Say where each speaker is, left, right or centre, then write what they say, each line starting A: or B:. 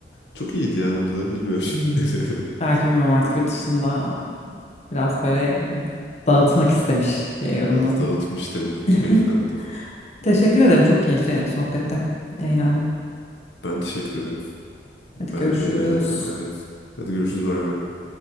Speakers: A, on the left; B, on the left.
A: çok iyiydi yani burada. Bilmiyorum.
B: Hmm.
A: <laughs>
B: Belki bilmiyorum artık yurt dışında biraz böyle dağıtmak istemiş diye yorumladım.
A: Biraz dağıtmış demek
B: <laughs>
A: ki beyefendi.
B: Teşekkür ederim çok keyifli sohbette eğlendim.
A: Ben teşekkür ederim.
B: Hadi
A: Ben
B: görüşürüz.
A: de eğlendim gayet. Hadi görüşürüz. Bay bay.